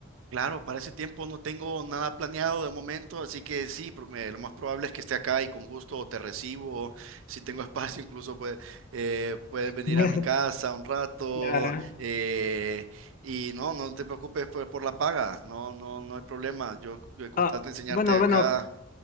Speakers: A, on the right; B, on the left.
A: Claro, para ese tiempo no tengo nada planeado de momento, así que sí, pro- me- lo más probable es que esté acá y con gusto te recibo. Si tengo <laughs> espacio, incluso puede- eh, puedes venir
B: <laughs>
A: a mi casa un rato.
B: Claro.
A: eh, y no, no te preocupes por, por la paga, no, no, no hay problema. Yo, eh, con
B: Ah,
A: tal de enseñarte
B: bueno,
A: acá
B: bueno,